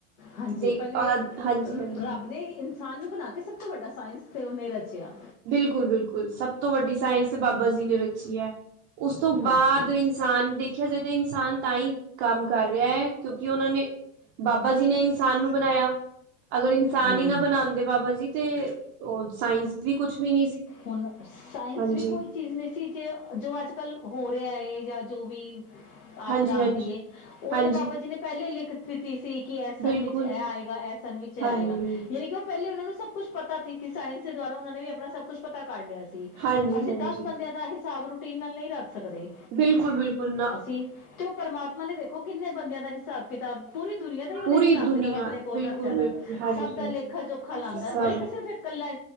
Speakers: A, on the left; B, on the right.
A: ਹਾਂਜੀ
B: ਦੇ
A: ਪਹਿਲੇ
B: ਅ ਹਾਂਜੀ, ਹਾਂਜੀ।
A: ਰੱਬ ਨੇ ਇਨਸਾਨ ਨੂੰ ਬਣਾ ਕੇ ਸਭ ਤੋਂ ਵੱਡਾ ਸਾਇੰਸ ਤੇ ਉਹਨੇ ਰਚਿਆ।
B: ਬਿਲਕੁਲ ਬਿਲਕੁਲ ਸਭ ਤੋਂ ਵੱਡੀ ਸਾਇੰਸ ਬਾਬਾ ਜੀ ਨੇ ਰਚੀ ਹੈ। ਉਸ ਤੋਂ
A: ਹਾਂਜੀ
B: ਬਾਅਦ ਹਾਂ ਦੇਖਿਆ ਜਾਏ ਤੇ ਇਨਸਾਨ ਤਾਂ ਹੀ ਕੰਮ ਕਰ ਰਿਹਾ ਕਿਉਂਕਿ ਉਹਨਾਂ ਨੇ। ਬਾਬਾ ਜੀ ਨੇ ਇਨਸਾਨ ਨੂੰ ਬਣਾਇਆ। ਅਗਰ ਇਨਸਾਨ
A: ਹਮ
B: ਹੀ ਨਾ ਬਣਾਉਂਦੇ ਬਾਬਾ ਜੀ ਤੇ ਉਹ ਸਾਇੰਸ ਵੀ ਕੁਛ ਵੀ ਨਹੀਂ ਸੀ।
A: ਹੁਣ ਸਾਇੰਸ
B: ਹਾਂਜੀ,
A: ਵੀ ਕੋਈ ਚੀਜ਼ ਨਹੀਂ ਸੀ ਜੋ ਅੱਜ ਕੱਲ ਹੋ ਰਿਹਾ ਏ ਜਾਂ ਜੋ ਵੀ। ਆਪਦਾ
B: ਹਾਂਜੀ,
A: ਆਉਂਦੀ
B: ਹਾਂਜੀ,
A: ਏ ਉਹ
B: ਹਾਂਜੀ
A: ਤੇ ਬਾਬਾ ਜੀ ਨੇ ਪਹਿਲਾਂ ਹੀ ਲਿਖ। ਦਿੱਤੀ ਸੀ ਕਿ ਐਸ ਸਨ
B: ਬਿਲਕੁਲ
A: ਵਿੱਚ ਇਹ ਆਏਗਾ ਇਹ ਸਨ ਵਿੱਚ ਇਹ
B: ਹਾਂਜੀ,
A: ਆਏਗਾ ਯਾਨੀ ਕਿ ਉਹ ਪਹਿਲੇ ਉਹਨਾਂ ਨੂੰ ਸਬ। ਕੁੱਛ ਪਤਾ ਸੀ ਕਿ ਸਾਇੰਸ ਦੇ ਦੁਆਰਾ ਉਹਨਾਂ ਨੇ ਵੀ ਆਪਣਾ ਸਭ ਕੁਛ ਪਤਾ ਕਰ ਲਿਆ ਸੀ।
B: ਹਾਂਜੀ,
A: ਅਸੀਂ
B: ਹਾਂਜੀ
A: ਦਸ ਬੰਦਿਆਂ ਦਾ ਹਿਸਾਬ ਰੂਟੀਨ ਨਾਲ ਨਹੀਂ ਰੱਖ ਸਕਦੇ।
B: ਬਿਲਕੁਲ ਬਿਲਕੁਲ ਨਾ।
A: ਅਸੀਂ ਤੇ ਉਹ ਪਰਮਾਤਮਾ ਨੇ ਦੇਖੋ। ਕਿੰਨੇ ਬੰਦਿਆਂ ਦਾ ਹੀ ਹਿਸਾਬ ਕਿਤਾਬ ਪੂਰੀ ਦੁਨੀਆਂ ਦਾ ਹੀ ਉਹਨੇ
B: ਪੂਰੀ
A: ਹਿਸਾਬ
B: ਦੁਨੀਆਂ
A: ਕਿਤਾਬ ਆਪਣੇ ਕੋਲ
B: ਬਿਲਕੁਲ-ਬਿਲਕੁਲ
A: ਰੱਖਿਆ ਦਾ।
B: ਹਾਂਜੀ
A: ਸਭ ਦਾ ਲੇਖਾ ਜੋਖਾ ਲਾਉਦਾ
B: ਸਭ
A: ਔਰ ਇੱਕ ਸਿਰਫ ਇਕੱਲਾ